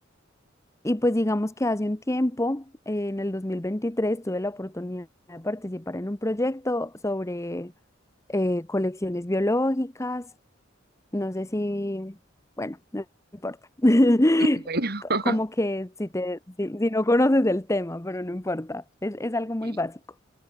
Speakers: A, on the left; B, on the right.
A: Y pues digamos que hace un tiempo, eh, en el 2023, tuve la oportunidad de participar en un proyecto sobre eh, colecciones biológicas. No sé si, bueno, no importa. <laughs>
B: <laughs> bueno,
A: Co-
B: <laughs>
A: Como que si te, si, si no conoces el tema, pero no importa. Es, es algo
B: ok,
A: muy básico.